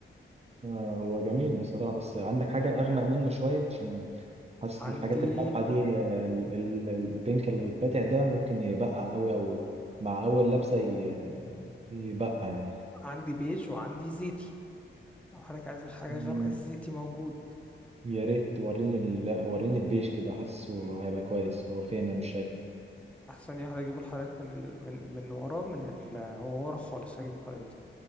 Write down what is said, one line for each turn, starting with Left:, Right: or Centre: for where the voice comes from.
Right: آه، هو جميل بصراحة بس عندك حاجة أغمق منه شوية عشان حاسس
Centre: عندي
Right: الحاجات الفاتحة دي آه، ال- ال- البينك الفاتح ده ممكن يبقع قوي أو مع أول لبسة ي- يبقع يعني
Centre: عندي بيج وعندي زيتي لو حضرتك عايز حاجة
Right: مم،
Centre: غامقة الزيتي موجود
Right: يا ريت وريني ال... وريني البيج كده حاسه هيبقى كويس هو فين أنا مش شايفه
Centre: احسن يا هجيبه لحضرتك من ال... من من ورا من ال... هو ورا خالص هجيب لحضرتك